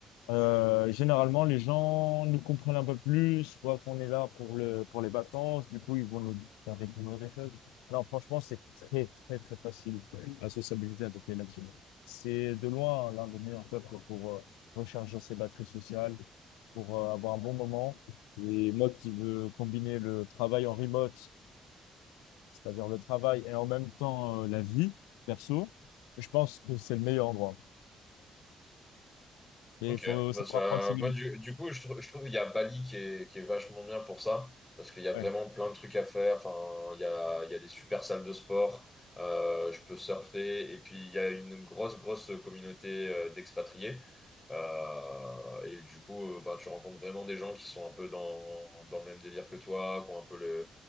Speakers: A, on the left; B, on the left.
A: euh, généralement, les gens nous comprennent un peu plus, voient qu'on est là pour le, pour les vacances, du coup, ils vont nous faire découvrir des choses. Non, franchement, c'est très, très, très facile à sociabiliser avec les nations. C'est de loin l'un des meilleurs peuples pour euh, recharger ses batteries sociales, pour euh, avoir un bon moment. Et moi qui veux combiner le travail en remote, c'est-à-dire le travail et en même temps euh, la vie perso, je pense que c'est le meilleur endroit. Et
B: Ok,
A: il faut
B: bah
A: savoir
B: ça-
A: prendre ses limites.
B: moi du, du coup je, trou- je trouve qu'il y a Bali qui est, qui est vachement bien pour ça, parce qu'il y a vraiment
A: Ouais,
B: plein de trucs à faire, enfin, il y a, il y a des super salles de sport, euh, je peux surfer, et puis il y a une grosse, grosse communauté euh, d'expatriés, Euh, et du coup euh, bah, tu rencontres vraiment des gens qui sont un peu dans, dans le même délire que toi, qui ont un peu le-